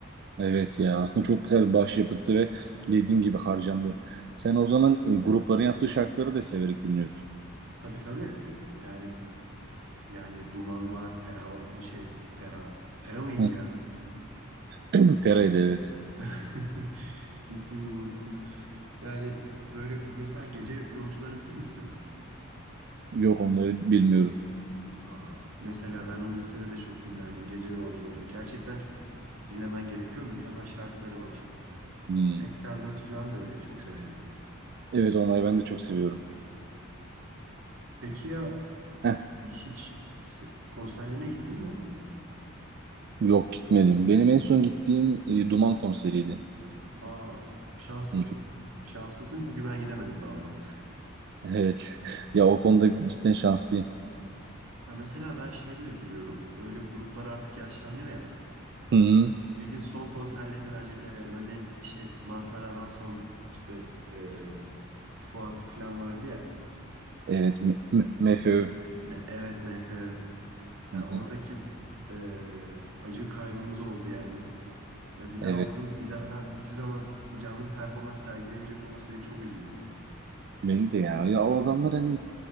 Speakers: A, on the right (about 50°); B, on the right (about 80°).
A: Evet ya aslında çok güzel bir başyapıttı ve dediğin gibi harcandı. Sen o zaman e, grupların yaptığı şarkıları da severek dinliyorsun.
B: Tabii tabii. Yani yani Duman var, Pera şey Pera Pera mıydı
A: Hı.
B: ya?
A: <clears throat> Pera'ydı evet.
B: <laughs> İsmini unuttum. Yani b- böyle mesela gece yolcularını bilir misin?
A: Yok onları bilmiyorum.
B: Aa, mesela ben onu lisede de çok dinlerdim. Gece Yolcuları. Gerçekten dinlemen gerekiyor. Mükemmel şarkıları var.
A: Hmm.
B: 84 falan da öyle. Çok severim.
A: Evet onları ben de çok seviyorum.
B: Peki ya
A: Heh,
B: hiç se- konserlerine gittin mi?
A: yok gitmedim. Benim en son gittiğim e, Duman konseriydi.
B: Aa, şanslısın.
A: Hı. hı.
B: Şanslısın çünkü ben gidemedim daha ona.
A: Evet. <laughs> Ya o konuda cidden şanslıyım.
B: Ya mesela ben şeye de üzülüyorum. Böyle gruplar artık yaşlanıyor ya.
A: Hı hı.
B: Bir gün son konserlerini verecekler. Yani örneğin şey Mazhar Alan son işte e, Fuat falan vardı ya.
A: Evet. M- M- MFÖ.
B: Me- Evet MFÖ. Yani
A: Hı hı.
B: oradaki eee, acı kaybımız oldu yani. Ve bir
A: Evet.
B: daha o grup bir daha hiçbir zaman canlı bir performans sergilemeyecek olması beni çok üzüyor.
A: Beni de ya. Ya o adamlar hani